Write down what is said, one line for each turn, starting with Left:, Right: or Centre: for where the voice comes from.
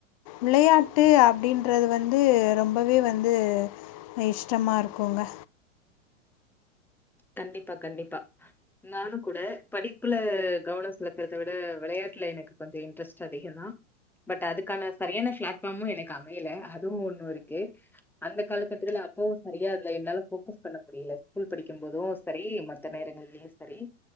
Left: விளையாட்டு அப்படின்றது வந்து ரொம்பவே வந்து இஷ்டமா இருக்குங்க
Centre: கண்டிப்பா கண்டிப்பா நானும் கூட படிப்புல கவனம் செலுத்துறத விட விளையாட்டுல எனக்கு கொஞ்சம் இன்ட்ரெஸ்ட் அதிகம் தான் பட் அதுக்கான சரியான பிளாட்பார்மும் எனக்கு அமையல அதுவும் ஒன்னு இருக்கு அந்த காலகட்டத்துல அப்பவும் சரியா அதுல என்னால போக்கஸ் பண்ண முடியல ஸ்கூல் படி க்கும் போதும் சரி மத்த நேரங்கள்யும் சரி